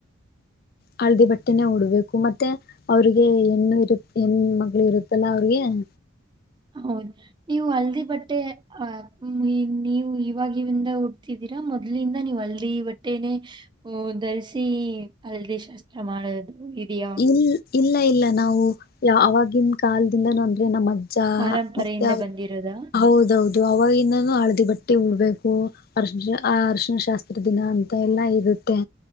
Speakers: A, on the left; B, on the right.
A: ಹಳದಿ ಬಟ್ಟೆನೇ ಉಡ್ಬೇಕು ಮತ್ತೆ ಅವ್ರಿಗೆ ಹೆಣ್ಣು ಇರು ಹೆಣ್ಮಗ್ಳ ಇರುತ್ತಲ್ಲಾ ಅವ್ರಿಗೆ ಹ್ಮ
B: ಹೌದ್ ನೀವು ಹಲ್ದಿ ಬಟ್ಟೆ ಅ ನಿ ನೀ ವು ಇವಾಗಿಂದ ಉಡ್ತಿದ್ದೀರಾ ಮೊದ್ಲ್ನಿಂದ ನೀವು ಹಳ್ದೀ ಬಟ್ಟೆನೆೇ ಧರಿಸಿ ಹಳ್ದಿ ಶಾಸ್ತ್ರ ಮಾಡೋದು ಇದೆಯಾ.
A: ಇಲ್ ಇಲ್ಲ ಇಲ್ಲ ನಾವು ಯ ಆವಾಗಿನ ಕಾಲದಿಂದಾನೂ ಅಂದ್ರೆ ನಮ್ಮ ಜ್ಜ
B: ಪರಂಪರೆಯಿಂದ ಬಂದಿರೋದಾ
A: ಹೌದೌದು ಅವಾಗಿಂದಾನೂ ಹಳ್ದಿ ಬಟ್ ಟ್ಟೆ ಉಡ್ಬೇಕು ಅರ್ಶ ಆ ಅರ್ಶಿನ ಶಾಸ್ತ್ರ ದಿನ ಅಂತ ಎಲ್ಲ ಇರುತ್ತೆ.